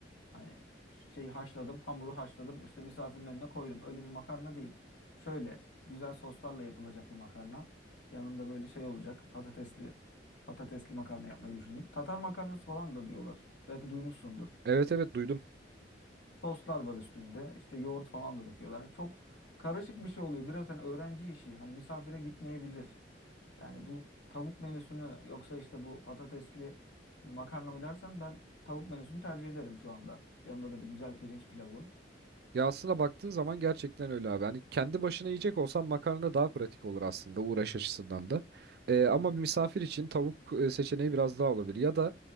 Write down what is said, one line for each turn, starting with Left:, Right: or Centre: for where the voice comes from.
Left: Hani şeyi haşladım, hamuru haşladım, işte misafirin önüne koydum. Öyle bir makarna değil. Şöyle güzel soslarla yapılacak bir makarna. Yanında böyle şey olacak. Patatesli patatesli makarna yapmayı düşündüm. Tatar makarnası falan da diyorlar. Belki duymuşsundur.
Right: Evet evet duydum.
Left: Soslar var üstünde. İşte yoğurt falan da döküyorlar. Hani Çok karışık bir şey oluyor. Biraz hani öğrenci işi. Hani misafire gitmeyebilir. Yani bu tavuk menüsü mü yoksa işte bu patatesli makarna mı dersen ben tavuk menüsünü tercih ederim şu anda. Yanında da bir güzel pirinç pilavı.
Right: Ya aslında baktığın zaman gerçekten öyle abi. Hani kendi başına yiyecek olsan makarna daha pratik olur aslında uğraş açısından da. Ee,
Left: Hı
Right: ama
Left: hı.
Right: bir misafir için tavuk e, seçeneği biraz daha olabilir. Ya da